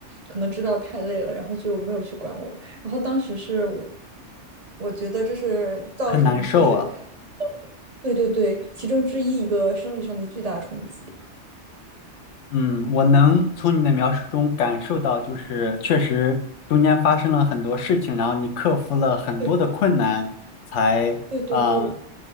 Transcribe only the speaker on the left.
很难受啊，
嗯，我能从你的描述中感受到，就是确实中间发生了很多事情，然后你克服了很多的困难，
才啊，
呃